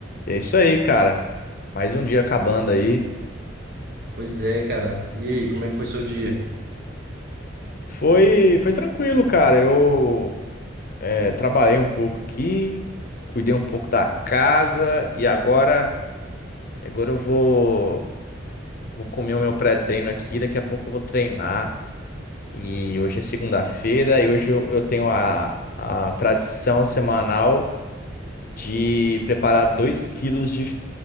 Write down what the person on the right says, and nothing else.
Pois é, cara. E aí, como é que foi seu dia?